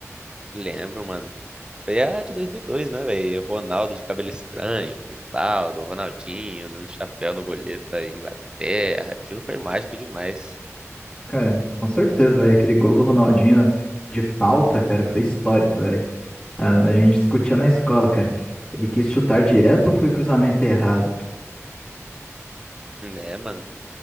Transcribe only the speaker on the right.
Lembro, mano. Foi a de 2002, né, velho? Ronaldo de cabelo estranho, Rivaldo, Ronaldinho dando chapéu no goleiro da Inglaterra. Aquilo foi mágico demais.
Né, mano?